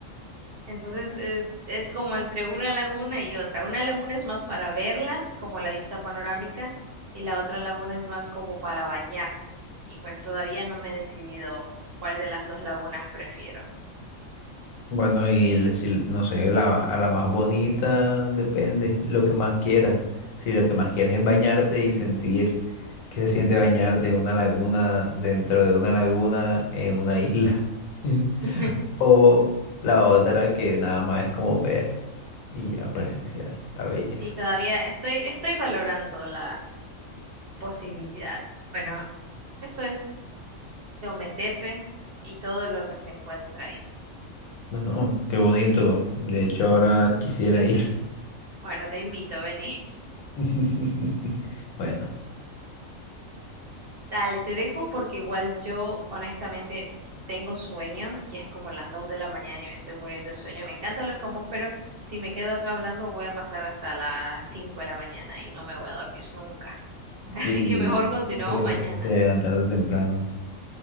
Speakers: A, on the right (about 55°); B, on the left (about 80°).
A: Entonces es, es como entre una laguna y otra. Una laguna es más para verla, como la vista panorámica, y la otra laguna es más como para bañarse. Y pues todavía no me he decidido cuál de las dos lagunas prefiero.
B: Bueno, y le- si, no sé, la, a la más bonita depende, lo que más quieras. Si lo que más quieres es bañarte y sentir que se siente bañarte en una laguna, dentro de una laguna, en una isla. <laughs>
A: <laughs>
B: O la otra que nada más es como ver y ya presenciar la belleza.
A: Sí, todavía estoy, estoy valorando las posibilidades. Bueno, eso es Teometepe y todo lo que se encuentra ahí.
B: Bueno, qué bonito. De hecho, ahora quisiera ir.
A: Bueno, te invito, vení.
B: <laughs> Bueno,
A: Dale, te dejo porque igual yo honestamente tengo sueño, ya es como las 2 de la mañana y me estoy muriendo de sueño. Me encanta hablar con vos, pero si me quedo acá hablando voy a pasar hasta las 5 de la mañana y no me voy a dormir nunca. <laughs> Así
B: sí,
A: que mejor continuamos
B: sé que
A: mañana.
B: tienes que levantarte temprano.